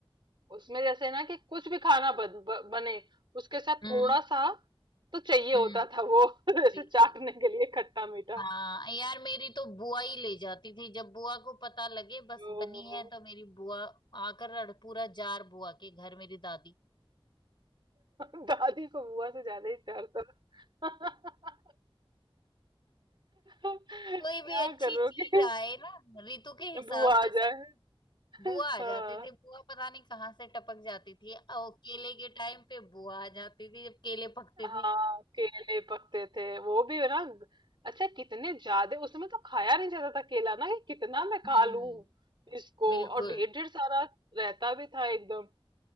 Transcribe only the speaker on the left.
हम्म
हम्म
बिल्कुल
हाँ यार मेरी तो बुआ ही ले जाती थी जब बुआ को पता लगे बस
बनी है तो मेरी बुआ आकर अड़- पूरा जार बुआ के घर मेरी दादी
कोई भी अच्छी
चीज
आए ना ऋतु के हिसाब
से
सच
में
बुआ
आ जाती थी बुआ पता नहीं कहाँ से टपक जाती थी और केले के टाइम पे बुआ आ जाती थी जब केले पकते
थे
हम्म
बिल्कुल